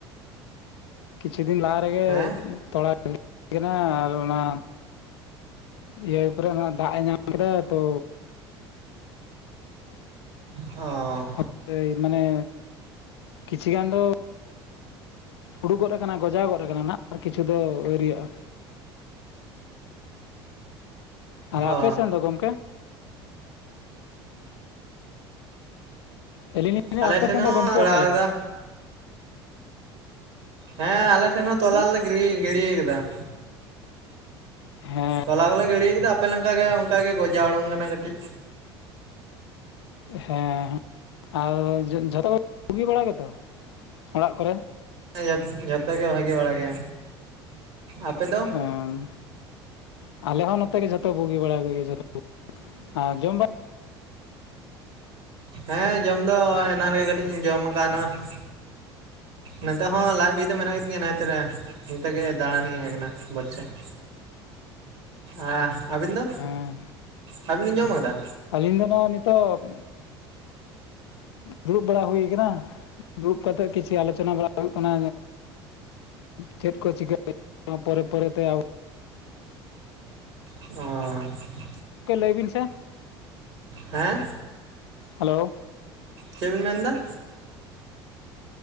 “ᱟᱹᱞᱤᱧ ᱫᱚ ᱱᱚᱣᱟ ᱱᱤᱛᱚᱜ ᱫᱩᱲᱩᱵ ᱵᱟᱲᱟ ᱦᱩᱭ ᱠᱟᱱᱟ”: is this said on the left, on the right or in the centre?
Left